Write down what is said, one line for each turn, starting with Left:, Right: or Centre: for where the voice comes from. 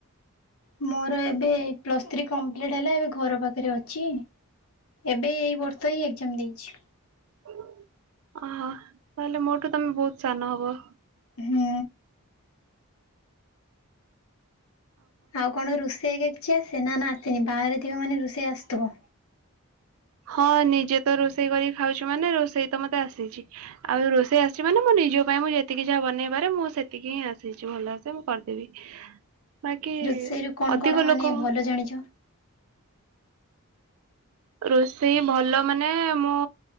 Left: ମୋର ଏବେ ପ୍ଲସ୍ ଥ୍ରୀ କମ୍ପ୍ଲିଟ ହେଲା ଏବେ ଘର ପାଖରେ ଅଛି, ଏବେ ଏଇ ବର୍ଷ ହିଁ ଏକ୍ଜାମ ଦେଇଛି
Right: ଅ ତାହେଲେ ମୋଠୁ ତମେ ବହୁତ ସାନ ହବ
Left: ହୁଁ ଆଉ କଣ ରୋଷେଇ କିଛି ଆସେ ନା ନା ଆସେନି ବାହାରେ ଥିବେ ମାନେ ରୋଷେଇ ଆସଥିବ
Right: ହଁ ନିଜେ ତ ରୋଷେଇ କରିକି ଖାଉଛି ମାନେ ରୋଷେଇ ତ ମତେ ଆସିଛି ଆଉ ରୋଷେଇ ଆସିଛି ମାନେ ମନେ ନିଜ ପାଇଁ ମୁଁ ଯେତିକି ଯାହା ବନେଇ ପାରେ ମୁଁ ସେତିକି ହିଁ ଆସିଛି ଭଲସେ ମୁଁ କରିଦେବି। ବାକି
Left: ରୋଷେଇରୁ କଣ
Right: ଅଧିକ
Left: କଣ ମାନେ
Right: ଲୋକ
Left: ଭଲ ଜାଣିଛ?
Right: ରୋଷେଇ ଭଲ ମାନେ ମୁଁ